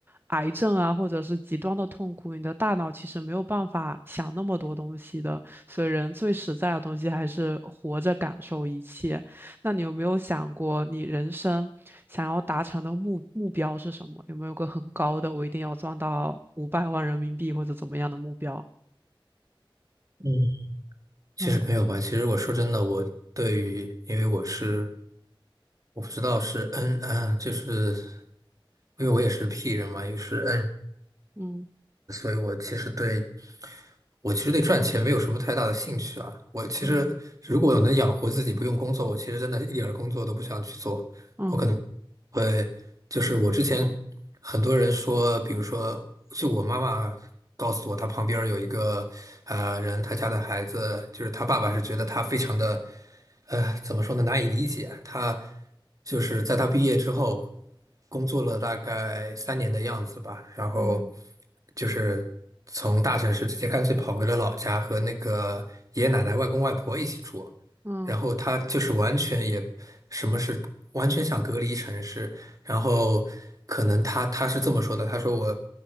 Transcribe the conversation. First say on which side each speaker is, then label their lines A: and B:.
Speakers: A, on the right; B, on the right.
A: 癌症啊，或者是极端的痛苦，你的大脑其实没有办法想那么多东西的。所以，人最实在的东西还是活着感受一切。那你有没有想过，你人生想要达成的目目标是什么？有没有个很高的，我一定要赚到五百万人民币或者怎么样的目标？
B: 嗯，其实没有吧。
A: 嗯
B: 其实我说真的，我对于，因为我是，我不知道是 N 啊，就是因为我也是 P 人嘛，也是 N
A: 嗯
B: 所以我其实对，我其实对赚钱没有什么太大的兴趣啊。我其实如果能养活自己不用工作，
A: 嗯
B: 我其实真的一点儿工作都不想去做。
A: 嗯
B: 我可能。会。就是我之前很多人说，比如说，就我妈妈告诉我，她旁边儿有一个呃人，她家的孩子，就是她爸爸是觉得她非常的，呃，怎么说呢，难以理解。她就是在他毕业之后，工作了大概三年的样子吧，然后
A: 嗯
B: 就是从大城市直接干脆跑回了老家，和那个爷爷奶奶、外公外婆一起住。
A: 嗯
B: 然后他就是完全也什么是完全想隔离城市，然后可能他他是这么说的，他说我